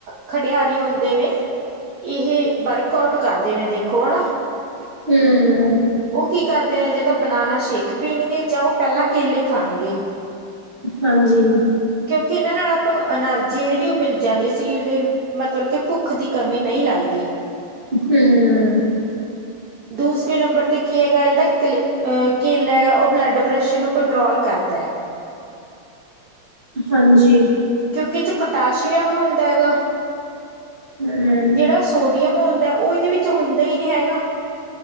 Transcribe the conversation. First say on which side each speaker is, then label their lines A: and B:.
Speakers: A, on the right (about 45°); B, on the right (about 25°).
A: ਖੇਡਿਆਰੀ ਹੁੰਦੇ ਨੇ- ਇਹ ਵਰਕ ਆਊਟ ਕਰਦੇ ਨੇ ਦੇਖੋ ਹਨਾ।
B: ਹੂੰ -
A: ਉਹ ਕੀ ਕਰਦੇ ਨੇ, ਜੇਦਾ ਬਨਾਨਾ ਸ਼ੇਕ ਪੀਣਗੇ ਜਾਂ ਉਹ ਪਹਿਲਾਂ ਕੇਲੇ ਖਾਣਗੇ।
B: ਹਾਂਜੀ।
A: ਕਿਉਕਿ ਇਹਨਾਂ ਨਾਲ ਆਪਾ ਨੂੰ ਐਨਰਜੀ ਹੈ ਜਿਹੜੀ ਉਹ ਮਿਲ ਜਾਦੀ ਹੈ। ਸਰੀਰ ਦੇ- ਮਤਲਬ ਕਿ ਭੁੱਖ ਦੀ ਕਮੀ ਨਹੀ ਲਗਦੀ।
B: ਹੂੰ -
A: ਦੂਸਰੇ ਨੰਬਰ ਤੇ ਕੀ ਹੈਗਾ ਜੇੜਾ ਕਲੇ ਅ ਕਿਲ ਹੈਗਾ, ਔ ਬਲੱਡ ਪ੍ਰੇਸ਼ਰ ਨੂੰ ਕੰਟਰੋਲ ਕਰਦਾ।
B: ਹਾਂਜੀ।
A: ਕਿਉਂਕਿ ਉ ਚ' ਪੋਟਾਸ਼ੀਅਮ ਹੁੰਦਾ ਹੈਗਾ।
B: ਹਮ
A: ਜੇੜਾ ਸੋਡੀਅਮ ਹੁੰਦਾ ਓਹ ਇਦੇ ਵਿੱਚ ਹੁੰਦਾ ਹੀ ਨੀ ਹੈਗਾ।